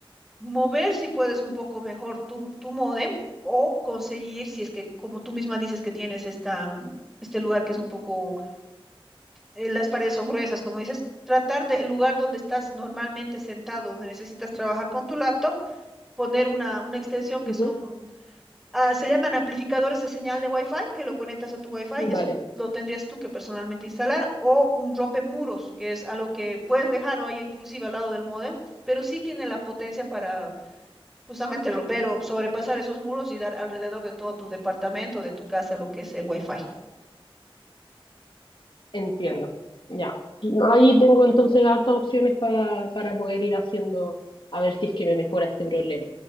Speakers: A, in the centre; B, on the left.
A: mover si puedes un poco mejor tu, tu módem o conseguir, si es que como tú misma dices que tienes esta, mm, este lugar que es un poco, eh, las paredes son gruesas, como dices, tratar del lugar donde estás normalmente sentado, donde necesitas trabajar con tu laptop, poner una, una extensión que
B: ujú,
A: son Ah, se llaman amplificadores de señal de Wi-Fi, que lo conectas a tu Wi-Fi, eso
B: Vale,
A: lo tendrías tú que personalmente instalar, o un rompemuros, que es algo que puedes dejarlo ahí inclusive al lado del módem, pero sí tiene la potencia para justamente romper o sobrepasar esos muros y dar alrededor de todo tu departamento, de tu casa, lo que es el Wi-Fi.
B: entiendo. Ya. No, Ahí tengo entonces hartas opciones pa- para poder ir haciendo, a ver si es que me mejora este problema.